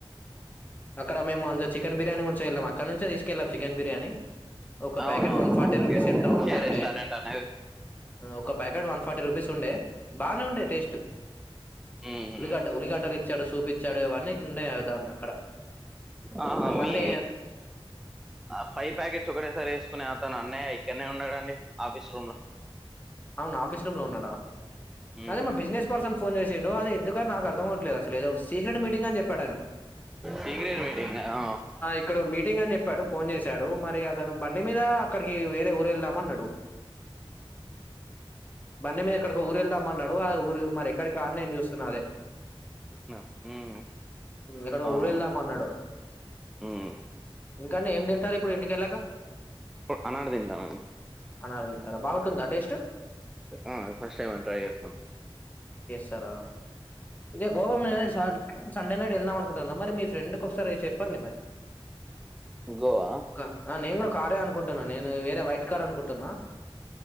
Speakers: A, on the left; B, in the centre.
A: అక్కడ మేము అంత చికెన్ బిర్యానీ కొంచె వెళ్ళాము అక్క నుంచే తీసుకెళ్ళం చికెన్ బిర్యానీ ఒక
B: అవును
A: packet one forty
B: okay
A: rupees
B: okay
A: ఎంతో
B: అక్షయ
A: ఉంటే ఉండే
B: రెస్టారెంట్ అనేది
A: ఒక ప్యాకెట్ వన్ ఫార్టీ రూపీస్ ఉండే బాగా ఉండే టేస్ట్
B: ఉమ్
A: ఉలిడ
B: ఉమ్
A: ఉల్లిగడలు చెడచుపి చడువి ఇవన్నీ ఇది ఉన్నాయిదాం అక్కడ
B: ఆహా
A: ఇప్పుడు మళ్ళీ
B: మీ ఆ ఫైవ్ ప్యాకెట్స్ ఒకటేసారి వేసుకునే అతను అన్నయ్య ఇక్కడనే ఉన్నాడంండి ఆఫీస్ రూమ్ లో
A: అవును ఆఫీస్ రూమ్ లో ఉన్నాడా
B: ఉమ్,
A: అదే మా బిజినెస్ పర్సన్ ఫోన్ చేసిండడు అది ఎందుకు నాకు అర్థమవ్వట్లేదు అసలు ఏ సీక్రట్ మీటింగ్ అ చెప్పి
B: సీక్రెట్ మీటింగ్ ఆ
A: ఇడ మీటింగ్ అని చెప్పాడు ఫోన్ చేశాడు మరి అతను బండి మీద అక్కడికి వేరే ఊరు వెళ్దాం అన్నాడు బండిమీద ఎక్కడికో ఊరెల్దాం అన్నాడు, ఆ ఊరు మరి ఎక్కడికా అని నేను చూస్తున్నా అదే.
B: చేసినా. ఉమ్
A: ఎక్కడికో
B: అవునవును
A: ఊరెళ్దాం అన్నాడు,
B: ఉమ్
A: ఇంకా నేం దెల్ <unintelligible> ఇప్పుడు ఇంటికెళ్లాక?
B: ఒ అనార్ తిందావనీ.
A: అనార్ తింటారా, బావుంటుందా టేస్ట్?
B: ఆ ఫస్ట్ టైం అండి ట్రై చేస్తం.
A: చార ఇదే గోవా మేహే సాద్ సండే నైట్ ఎళ్దాం అనుకుంటున్నా మరి, మీ ఫ్రెండ్ కు ఒకసారి చెప్పండి మరి.
B: గోవా
A: క ఆ నేంగూడా కారే అనుకుంటున్నా, నేను వేరే వైట్ కార్ అనుకుంటున్నా.